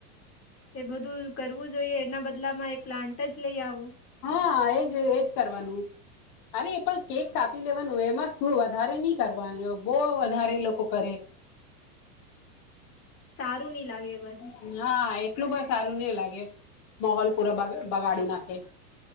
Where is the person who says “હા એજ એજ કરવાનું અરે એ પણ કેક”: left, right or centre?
Left